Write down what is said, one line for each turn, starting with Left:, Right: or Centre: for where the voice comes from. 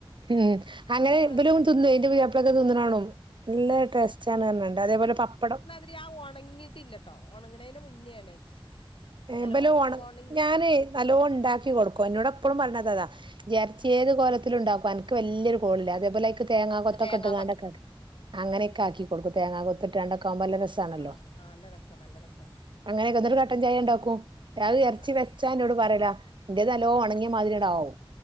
Right: ഉം അങ്ങനെ ഇവലും
Left: പറഞ്ഞോണ്ട് പിന്നെ
Right: തിന്ന് കയിഞ്ഞിട്ട് പുതിയാപ്പിളൊക്കെ തിന്ന്ണാണും നല്ല
Left: ഉം
Right: ടെസ് സ്റ്റാണ് പറഞ്ഞാണ്ട് അതേപോലെ പപ്പടം
Left: തി ആ ഒണങ്ങിയിട്ടില്ലട്ടോ ഒണങ്ങണെന്റെ മുന്നേണ്
Right: ഏബല്
Left: നല്ലോ
Right: ഓണം
Left: ഒണങ്ങി
Right: ഞാനേ നല്ലോണം ഇണ്ടാക്കികൊടുക്കും എന്നോട് എപ്പഴും പറേണതതാ എറച്ചി ഏതുകോലത്തിലും ഉണ്ടാക്കും അനക്ക് വല്യൊരു കോളില്ലാ അതേപോലെ തേങ്ങാകൊത്തൊക്കെ
Left: തേങ്ങാ
Right: ഇട്ടുങ്ങാണ്ടൊക്കെ
Left: കൊത്ത്
Right: അങ്ങനൊക്കെയാക്കി
Left: ഉം
Right: കൊടുക്കും തേങ്ങാകൊത്ത് ഇട്ടാണ്ടോക്കെ ആവുമ്പോ നല്ല രസാണല്ലോ
Left: ആഹ് ആഹ് ആഹ് നല്ല രസാ നല്ല രസാണ്
Right: അങ്ങനെക്കെ എന്നിട്ട് കട്ടൻ ചായേംണ്ടാ ക്കും എറച്ചിവെച്ചാ
Left: ആഹ്
Right: എന്നോടുപറയില്ല എന്റേതു നല്ലോണം ഓണങ്ങിയ മാതിരിയിണ്ടാവും